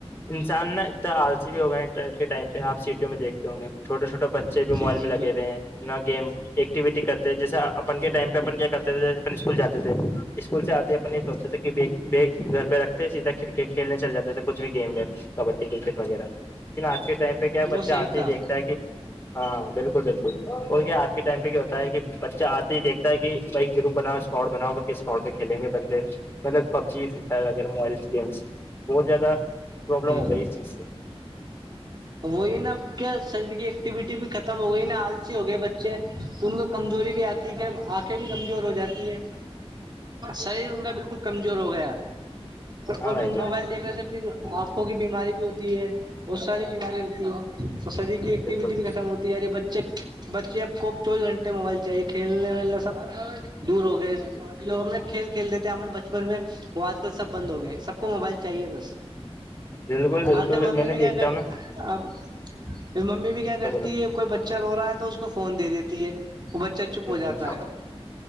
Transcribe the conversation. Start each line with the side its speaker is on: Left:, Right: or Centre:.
Left: انسان نا اتنا آرسی بھی ہوگا انر ٹائم پہ آپ سیٹیوں میں دیکھتے ہوںے چھوٹا چھوٹا بچے
Right: جی
Left: موبائل میں
Right: جی
Left: لگے
Right: جی
Left: ہوئے ہیں ن گیم ایکٹیویٹی کرتے ہیں جیسے آپ اپن کے ٹائ پہ اپن کیا کرتے تھے اپن اسکول جاتے تھے اسکول سے آتے اپن یہ سوچتے تھے کہ گھر پہ رکھتے سیدھا کرکٹ کھیلنے چل جاتے تھے کچھ بھی گیم ویم کبڈی کرکٹ وغیرہ لیکن آج کے ٹائم پہ کیا ہے
Right: وہ
Left: بچہ
Right: صحیح
Left: آتے
Right: تھا
Left: ہی دیکھتا ہے کہ ہاں بالکل بالکل بول کیا آج کے ٹائم پہ کیا ہوتا ہے کہ بچہ آج یہ دیکتا ہے کہ بائی گروپ بناؤ اسکارڈ بناؤ ب ک اسکارڈ میں کھیلیں گے بندے مطلب پب جیتا ویرہ موبائل گیمس بہت زیادہ پرابلم
Right: ج
Left: ہو گئی اس چیز سے
Right: وہی نا کیا شریر کی ایکٹیویٹی بھی ختم ہو گئی نا آلسی ہو گئے بچے ان کو کمزوری بھی آتی ہے آنکھیں بھی کمزور ہو جاتی ہے شریر ان کا بالکل کمزور ہو گیا
Left: ہاں
Right: اور
Left: بھائی جان
Right: موبائل دیکھنے سے پھر آنکھوں کی بیماری بھی ہوتی ہے بہت ساری بیماری ہوتی ہے اور شریر کی ایکٹیویٹی
Left: بالکل
Right: بھی ختم ہوتی تیے بچے بچے آپ کو چوبیس گھنٹے موبائل چاہیے کھیلنے ولنے سب دور ہو گئے لو ہمنے کھیل کھیلتے تھے ہمنے بچپن میں وہ آج کل سب بند ہو گئے سب کو موبائل چاہیے بس
Left: بالکل بالکل
Right: آج کل ممی
Left: میں نے
Right: بھی کیا
Left: دیکھتا ہوں نا
Right: اب ممی بھی کیا کرتی
Left: بولو بولو
Right: ہے کوئی بچہ رو رہا ہے تو اس کو فون دے دیتی ہے وہ بچہ چپ
Left: بالکل
Right: ہو جاتا
Left: بالکل
Right: ہے